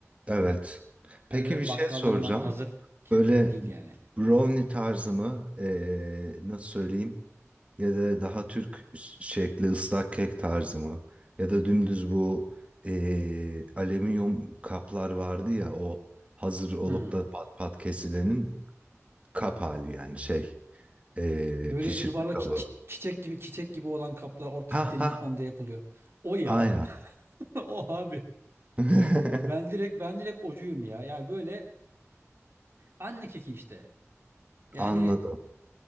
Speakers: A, on the right; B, on the right.
A: Evet. Peki
B: Hani öyle
A: bir şey
B: bakkaldan
A: soracağım.
B: alınan hazır kekler
A: Böyle
B: değil yani.
A: brownie tarzı mı? eee, nasıl söyleyeyim? Ya da daha Türk şekli ıslak kek tarzı mı? Ya da dümdüz bu eee, alüminyum kaplar vardı ya o hazır olup
B: Hmm.
A: da pat pat kesilenin kap hali yani şey eee
B: Böyle
A: pişirme
B: yuvarlak
A: kabı.
B: çi- çi- çiçek gibi çiçek gibi olan kaplar ortası
A: Ha
B: delik
A: ha
B: onda yapılıyor. O ya.
A: aynen.
B: <laughs> O abi.
A: <laughs>
B: Ben direkt ben direkt ocuyum ya. Yani böyle anne keki işte. Yani
A: Anladım.